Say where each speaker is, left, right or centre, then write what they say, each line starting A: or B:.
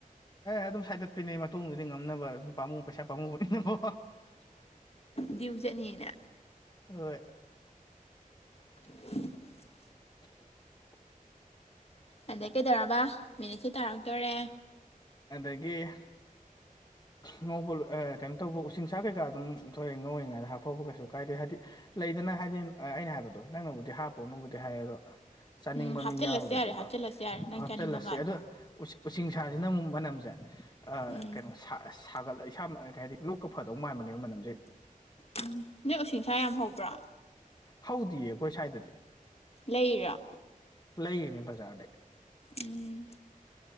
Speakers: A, on the left; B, on the left.
A: ꯑꯦ ꯑꯗꯨꯝ ꯁꯥꯏꯗꯠꯄꯤꯅꯦ ꯃꯇꯨꯡꯗꯨꯗꯤ ꯉꯝꯅꯕ ꯑꯗꯨꯝ ꯄꯥꯝꯃꯨ ꯄꯩꯁꯥ ꯄꯥꯝꯃꯨꯕꯅꯤꯅꯀꯣ
B: ꯗꯤꯌꯨ ꯆꯠꯅꯤꯅꯥ
A: ꯍꯣꯏ
B: <unintelligible>
A: <inaudible>
B: ꯑꯗꯩ ꯀꯩꯗꯧꯔꯕ ꯃꯤꯅꯤꯠꯁꯨ ꯇꯥꯔꯛꯇꯣꯔꯦ
A: ꯑꯗꯒꯤ ꯉꯧꯕ ꯂꯣꯏ ꯑꯦ ꯀꯩꯅꯣ ꯇꯧꯕ ꯎꯁꯤꯡꯁꯥ ꯀꯩꯀꯥ ꯑꯗꯨꯝ ꯊꯣꯛꯑꯦ ꯉꯧꯋꯤꯉꯩꯗ ꯍꯥꯞꯐꯧꯕ ꯀꯩꯁꯨ ꯀꯥꯏꯗꯦ ꯍꯥꯏꯗꯤ ꯂꯩꯗꯅꯥ ꯍꯥꯏꯗꯤ ꯑ ꯑꯩꯅ ꯍꯥꯏꯕꯗꯣ ꯅꯪꯅꯕꯨꯗꯤ ꯍꯥꯞꯄꯨꯔꯅꯣꯕꯨꯗꯤ ꯍꯥꯏ ꯑꯗꯣ ꯆꯥꯅꯤꯡꯕ
B: ꯎꯝ ꯍꯥꯞꯆꯤꯜꯂꯁꯨ
A: ꯃꯤ ꯌꯥꯎꯔꯒꯗꯤꯀꯣ
B: ꯌꯥꯔꯦ ꯍꯥꯞꯆꯤꯜꯂꯁꯨ ꯌꯥꯔꯦ ꯅꯪ
A: ꯍꯥꯞꯆꯜꯂꯁꯤ
B: ꯆꯥꯅꯤꯡꯕ ꯃꯥꯜꯂꯦ
A: ꯑꯗꯣ ꯎꯁꯤ ꯎꯁꯤꯡꯁꯥꯁꯤꯅ ꯑꯃꯨꯛ ꯃꯅꯝꯖꯦ ꯑꯥ
B: ꯎꯝ
A: ꯀꯩꯅꯣ ꯁꯥ ꯁꯥꯒꯠꯂꯒ ꯏꯁꯥꯃ ꯑ ꯀꯩ ꯍꯥꯏꯗꯤ ꯂꯣꯛꯀ ꯐꯗꯧ ꯃꯥꯟꯕꯅꯦꯕ ꯃꯅꯝꯖꯦ
B: ꯎꯝ ꯅꯣꯏ ꯎꯁꯤꯡꯁꯥ ꯌꯥꯝ ꯍꯧꯕ꯭ꯔꯥ
A: ꯍꯧꯗꯤꯌꯦ ꯑꯩꯈꯣꯏ ꯁ꯭ꯋꯥꯏꯗꯗꯤ
B: ꯂꯩꯔꯤꯔꯣ
A: ꯂꯩꯔꯤꯅꯦ ꯕꯖꯥꯔꯗꯩ
B: ꯎꯝ